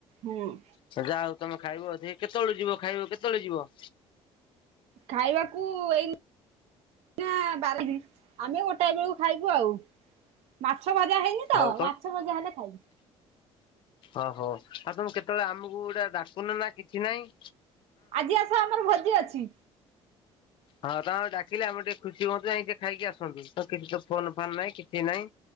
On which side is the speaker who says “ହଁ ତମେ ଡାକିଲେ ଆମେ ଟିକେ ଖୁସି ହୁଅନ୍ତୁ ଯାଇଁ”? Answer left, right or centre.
Left